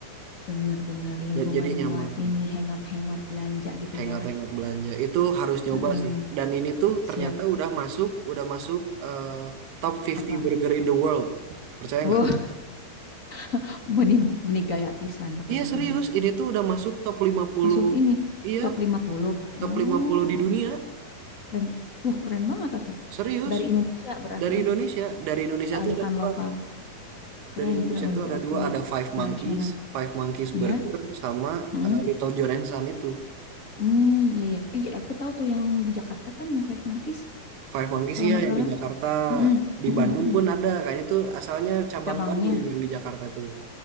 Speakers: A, on the left; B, on the right.
A: benar-benar lingkungan
B: Ja- Jadi nyaman,
A: buat ini hangout-hangout belanja gitu
B: hangout-hangout
A: ya.
B: belanja. Itu harus nyoba
A: Heeh.
B: sih. Dan ini tuh
A: Siap
B: ternyata udah masuk, udah masuk eh, top 50
A: apa?
B: burger in the world. Percaya
A: Wah,
B: nggak?
A: <laughs> benih benih gaya pisan pakai
B: Iya
A: bahasa
B: serius,
A: Inggris.
B: ini tuh udah masuk top 50.
A: Masuk ini
B: Iya,
A: top 50. Oh,
B: top 50 di dunia.
A: keren. Wah, keren banget ah tuh.
B: Serius.
A: Dari Indonesia berarti
B: Dari
A: ya.
B: Indonesia, dari Indonesia
A: Kearifan
B: tuh ada dua.
A: lokal. Keren,
B: Dari Indonesia
A: keren udah
B: tuh
A: diakui
B: ada dua, ada Five Monkeys,
A: nasional.
B: Five Monkeys
A: Iya.
B: Burger sama
A: heeh.
B: eh, Little John and Son itu.
A: Hmm, iya ya. Iya, aku tahu tuh yang di Jakarta kan yang Five Monkeys
B: Five Monkeys
A: kalau
B: ya
A: nggak
B: yang
A: salah.
B: di Jakarta,
A: Mm-mm,
B: di
A: mm-mm,
B: Bandung
A: mm-mm.
B: pun ada. Kayaknya tuh asalnya cabang
A: Cabangnya.
B: Bandung yang di Jakarta tuh.